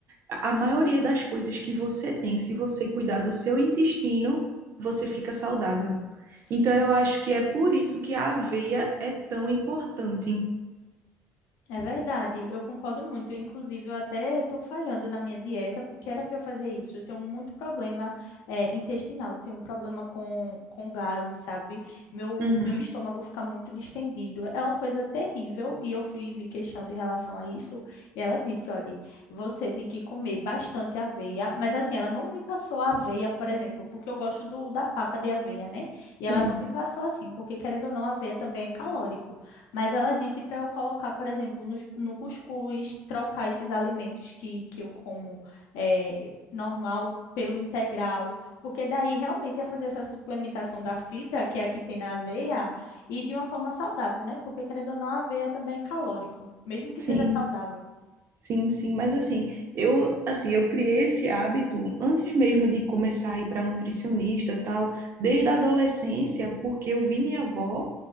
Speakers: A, on the right; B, on the left.
A: a a maioria das coisas que você tem, se você cuidar do seu intestino, você fica saudável.
B: Sim.
A: Então eu acho que é por isso que a aveia é tão importante.
B: É verdade, eu concordo muito. Inclusive, eu até estou falhando na minha dieta, porque era para eu fazer isso. Eu tenho muito problema eh, intestinal, eu tenho um problema com, com gases, sabe? Meu,
A: Uhum.
B: meu estômago fica muito distendido. É uma coisa terrível, e eu fui me queixando em relação a isso. E ela disse: olha, você tem que comer bastante aveia, mas assim, ela não me passou a aveia, por exemplo, porque eu gosto do, da papa de aveia, né?
A: Sim,
B: E ela não me passou assim, porque querendo ou não, a aveia também é calórico. Mas ela disse para eu colocar, por exemplo, nos- no, cuscuz, trocar esses alimentos que, que eu como eh, normal pelo integral, porque daí realmente ia fazer essa suplementação da fibra, que é a que tem na aveia, e de uma forma saudável, né? Porque querendo ou não, a aveia também é calórico, mesmo que
A: sim,
B: seja saudável.
A: sim, sim. Mas assim, eu assim, eu criei esse hábito antes mesmo de começar a ir para nutricionista, tal, desde a adolescência, porque eu vi minha avó,